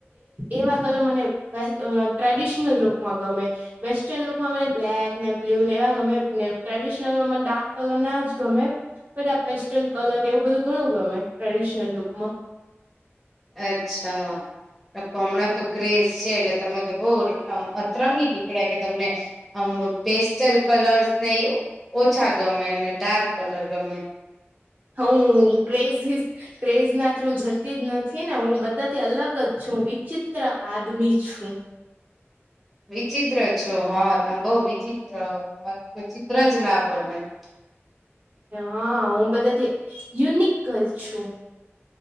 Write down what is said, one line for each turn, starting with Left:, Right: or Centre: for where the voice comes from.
Right: એવા કલમ મને ટ્રેડિશનલ લુકમાં ગમે વેસ્ટર્ન લુકમાં મને બ્લેક ને બ્લુ ને એવા ગમે ને ટ્રેડિશનલમાં મને ડાર્ક કલર ના જ ગમે બટ આ પેસ્ટલ કલર ને એવું બધું ઘણું ગમે ટ્રેડિશનલ લુકમાં
Centre: અચ્છા કમણા તો કેશ છે એટલે તમે તો બહુ અતરંગી નીકળ્યા કે તમને આમ પેસ્ટલ કલરસ ને ઓછા ગમે ને ડાર્ક કલર ગમે
Right: હ ક્રેઝ ક્રેઝ ના થ્રુ જતી જ નથી ને હું બધાથી અલગ જ છું હું વિચિત્ર આદમી છું
Centre: વિચિત્ર છો હા તમે બઉ વિચિત્ર તમાર કોઈ ચિત્ર જ ના બને હ
Right: હા હું બધાથી યુનિક ગલ છું